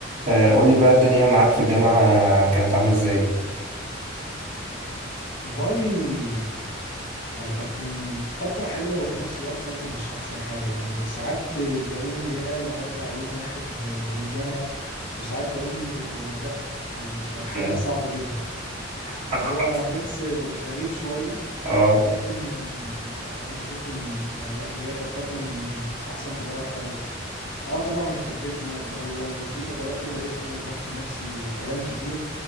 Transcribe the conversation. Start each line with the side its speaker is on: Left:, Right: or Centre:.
Right: آه، قول لي بقى الدنيا معاك في الجامعة كانت عاملة ازاي؟
Left: والله يعني كانت من- فترة حلوة وفي نفس الوقت فترة مش أحسن حاجة يعني ساعات بقول يا لو أرجع يوم واحد للجامعة وساعات بقول لأ يعني كانت حياة
Right: مم.
Left: <laughs> صعبة جدا
Right: <laughs>
Left: فهو ميكس غريب شوية
Right: اه
Left: ولكن أنا بشوفه من يعني اللي هي كانت فترة من أحسن فترات حياتي اه طبعا كانت رخمة في الأول وفي فترات فيها رخمة وضغط نفسي وكلام كتير